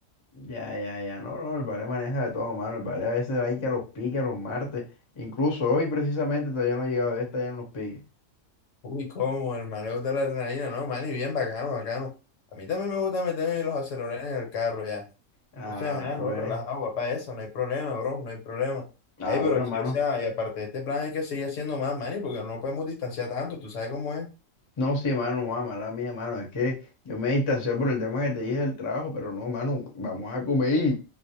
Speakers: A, on the left; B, on the left.
A: Ya, ya, ya, no, no, el vale maneja de todo, mano, el vale a veces va ahí que a los piques, a los martes, incluso hoy precisamente todavía no ha llegado, está ya en los piques.
B: uy, cómo, el mareo de la adrenalina, no, man, y bien bacano, bacano. A mí también me gusta meterme los acelerones en el carro ya.
A: Ah,
B: O sea, ajá,
A: pues,
B: no, relajado, papá, eso, no hay problema, bro, no hay problema.
A: ah,
B: Ey, pero
A: bueno,
B: sí,
A: mano,
B: o sea, y aparte de este plan hay que seguir haciendo más, man, porque no nos podemos distanciar tanto, tú sabes cómo es.
A: no, sí, mano, no, mala mía, mano, es que yo me distancié por el tema que te dije del trabajo, pero no, mano, vamos a comer y